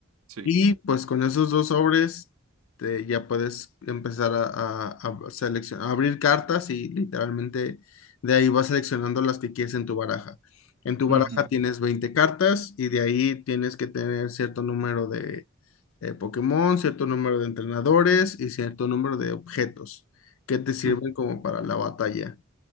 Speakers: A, on the right; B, on the left.
A: Sí.
B: Y pues con esos dos sobres te- ya puedes empezar a, a, a seleccionar, a abrir cartas y literalmente de ahí vas seleccionando las que quieres en tu baraja. En tu baraja
A: Ujú,
B: tienes 20 cartas y de ahí tienes que tener cierto número de eh, Pokémon, cierto número de entrenadores y cierto número de objetos que te sirven
A: ujú.
B: como para la batalla.